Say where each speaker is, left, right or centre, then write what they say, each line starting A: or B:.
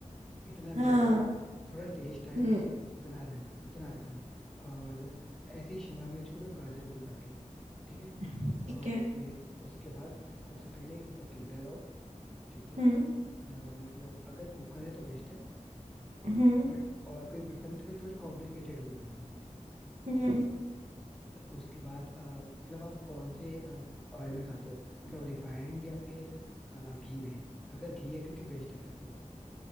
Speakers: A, in the centre; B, on the right.
A: तो इतना नहीं
B: हाँ
A: रखना है थोड़ा टेस्ट आए
B: हम्म
A: उसलिए उतना रहना उतना रखना और ऐसे ही शिमला मिर्च को भी और गाजर को भी काट लो ठीक है
B: ठीक
A: और
B: है
A: फिर उसके बाद सबसे पहले एक पतीला लाओ ठीक है
B: हम्म
A: अ, मतलब अगर कुकर है तो बेस्ट है
B: हम्म
A: बट और कोई बर्तन है तो फिर थोड़ी कॉम्प्लिकेटेड होगी बनाने में
B: हम्म
A: तो उसके बाद अ, मतलब आप कौन से ऑयल में खाते हो मतलब रिफाइंड या फिर अ, घी में अगर घी है क्योंकि बेस्ट है फिर तो